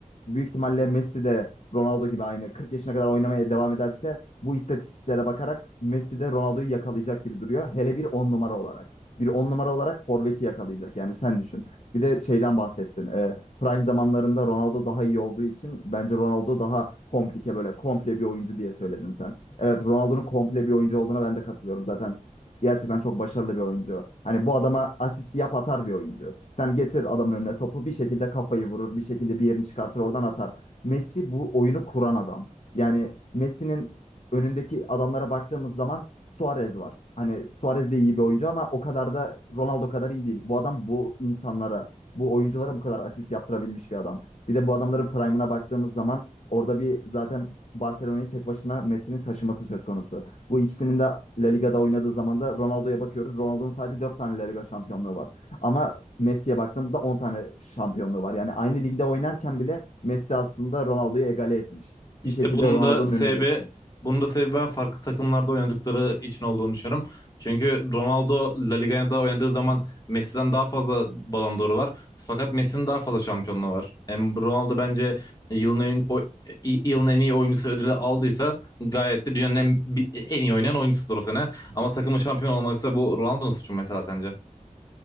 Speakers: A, on the left; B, on the left.
A: büyük ihtimalle Messi de Ronaldo gibi aynı 40 yaşına kadar oynamaya devam ederse bu istatistiklere bakarak Messi de Ronaldo'yu yakalayacak gibi duruyor. Hele bir 10 numara olarak. Bir 10 numara olarak forveti yakalayacak. Yani sen düşün. Bir de şeyden bahsettin. Ee, prime zamanlarında Ronaldo daha iyi olduğu için bence Ronaldo daha komplike böyle komple bir oyuncu diye söyledin sen. Evet Ronaldo'nun komple bir oyuncu olduğuna ben de katılıyorum. Zaten Gerçekten çok başarılı bir oyuncu. Hani bu adama asist yap atar bir oyuncu. Sen getir adamın önüne topu bir şekilde kafayı vurur, bir şekilde bir yerini çıkartır oradan atar. Messi bu oyunu kuran adam. Yani Messi'nin önündeki adamlara baktığımız zaman Suarez var. Hani Suarez de iyi bir oyuncu ama o kadar da Ronaldo kadar iyi değil. Bu adam bu insanlara, bu oyunculara bu kadar asist yaptırabilmiş bir adam. Bir de bu adamların prime'ına baktığımız zaman orada bir zaten Barcelona'yı tek başına Messi'nin taşıması söz konusu. Bu ikisinin de La Liga'da oynadığı zaman da Ronaldo'ya bakıyoruz. Ronaldo'nun sadece 4 tane La Liga şampiyonluğu var. Ama Messi'ye baktığımızda 10 tane şampiyonluğu var. Yani aynı ligde oynarken bile Messi aslında Ronaldo'yu egale etmiş.
B: İşte
A: Bir şekilde
B: bunun
A: Ronaldo'nun
B: da sebebi
A: önüne geçmiş.
B: bunun da sebebi ben farklı takımlarda oynadıkları için olduğunu düşünüyorum. Çünkü Ronaldo La Liga'da oynadığı zaman Messi'den daha fazla Ballon d'Or'u var. Fakat Messi'nin daha fazla şampiyonluğu var. Hem Ronaldo bence yılın en, o- yılın en iyi oyuncusu ödülü aldıysa gayet de dünyanın en, en iyi oynayan oyuncusudur o sene. Ama takımın şampiyon olmalıysa bu Ronaldo'nun suçu mu mesela sence?